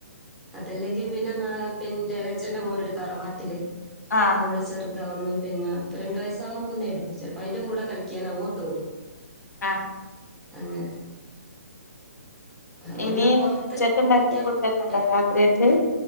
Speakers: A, in the centre; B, on the left.
A: അതല്ലെങ്കി പിന്നെ ന ഇന്റെ ഇളഛന്റെ മോന്ണ്ട് തറവാട്ടില്
B: ആഹ്
A: മോള് ചെറ് താവും പിന്നെ ഇപ്പ രണ്ട് വയസാകാൻ പോകുന്നേള്ളു ചെലപ്പോ അയിന്റെ കൂടെ കളിക്കാൻ അങ്ങോട്ടോടും.
B: ആ
A: അങ്ങനെ അപ്പൊ
B: ഇനി
A: പിന്നെ പുറത്ത്
B: ഇന്ന് ഉച്ചക്ക്ണ്ടാക്കിയ
A: കളിക്കാൻ
B: ഫുഡെന്നെണ്ടോ
A: എ-
B: രാത്രികയ്ക്ക്.